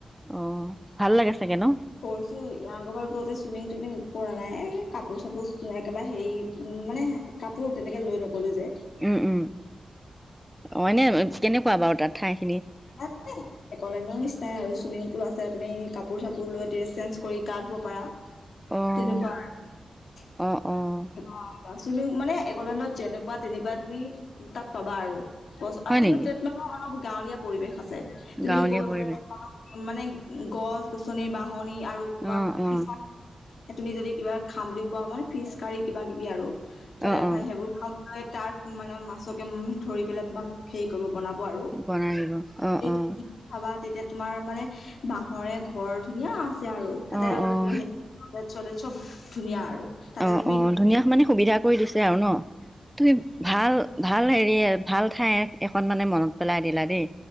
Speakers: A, in the centre; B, on the left.
A: অ ভাল লাগে চাগে ন?
B: গৈছো ই আগৰবাৰ যাওতে চুইমিং টুইমিং কৰা নাই এ কাপোৰ চাপোৰ একেবাৰে হেৰি উ মানে কাপোৰ তেনেকে লৈ নো কলো যে
A: উম, উম। অ এনে কেনেকোৱা বাৰু তাত ঠাই?
B: তাত মানে একলেনৰ নিচিনাই আৰু চুইমিং স্কুল আছে তুমি কাপোৰ চাপোৰ লৈ ড্ৰেছ চেঞ্জ কৰি গা ধুব পাৰা
A: অ',
B: তেনেকোৱা আৰু
A: অ', অ',
B: অঁ তুমি মানে একলনত যেনেকোৱা তেনেকোৱা তুমি তাত পাবা আৰু
A: হয়
B: কিন্তু
A: নেকি
B: তাত নহয় অলপ গাঁৱলীয়া পৰিৱেশ আছে তুমি
A: গাঁৱলীয়া
B: গৈ
A: পৰিৱেশ।
B: পেলাই মানে গছ গছনি বাহনি আৰু তোমাৰ
A: অ', অ',
B: ফিচাৰ তুমি যদি কিবা খাম বুলি কোৱা মানে ফিচ কাৰি কিবা কিবি আৰু
A: অ',
B: ড্ৰাই
A: অ',
B: ফাই সেইবোৰ খাম তাৰ মানে মাছকে ধৰি পেলাই তোমাক হেৰি কৰিব বনাব আৰু
A: বনাই দিব অ',
B: এই <unintelligible>
A: অ',
B: তেতিয়া তোমাৰ মানে বাঁহৰে ঘৰ ধুনীয়া আছে আৰু
A: অ',
B: তাতে
A: অ',
B: হে চ চলে চব ধুনীয়া আৰু তাতে
A: অ',
B: তুমি
A: অ ধুনীয়া মানে সুবিধা কৰি দিছে আৰু ন তুমি ভাল ভাল হেৰি আ ভাল অকল ঠায়ে থাকে অকন মানে মনত পেলাই দিলা দেই